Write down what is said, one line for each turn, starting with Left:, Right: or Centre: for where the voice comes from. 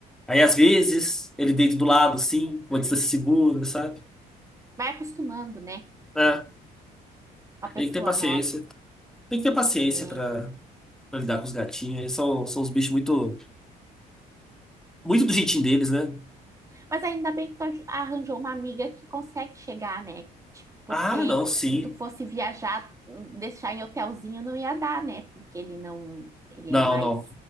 Centre: Aí às vezes ele deita do lado, assim, uma distância segura, sabe?
Right: Vai acostumando, né?
Centre: É,
Right: com a pessoa
Centre: tem que ter paciência.
Right: nova.
Centre: Tem que ter paciência
Right: É.
Centre: pra, pra lidar com os gatinhos. Eles são, são os bichos muito, muito do jeitinho deles, né?
Right: Mas ainda bem que tu aj- arranjou uma amiga que consegue chegar, né? Tipo, porque
Centre: Ah, não, sim.
Right: se tu fosse viajar, hum, deixar em hotelzinho não ia dar, né? Porque ele não, ele
Centre: Não,
Right: é mais
Centre: não.